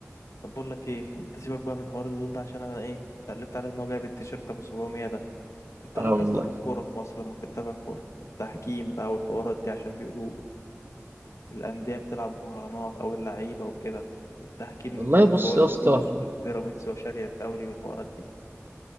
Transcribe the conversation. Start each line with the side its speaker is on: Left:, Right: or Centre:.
Left: طب بقول لك ايه انت سيبك بقى من حوار اللون ده عشان انا ايه اتقلبت على الموضوع بالتيشيرت ابو 700 ده انت إيه
Right: اه
Left: رايك
Right: والله
Left: يا اسطى في الكوره في مصر لو بتتابع كوره التحكيم بقى والحوارات دي عشان بيقولوا الأندية بتلعب مراهنات أو اللعيبة وكده والتحكيم
Right: والله
Left: مدفوع
Right: بص
Left: له
Right: يا اسطى
Left: فلوس وبيراميدز وشارية الدوري والحوارات دي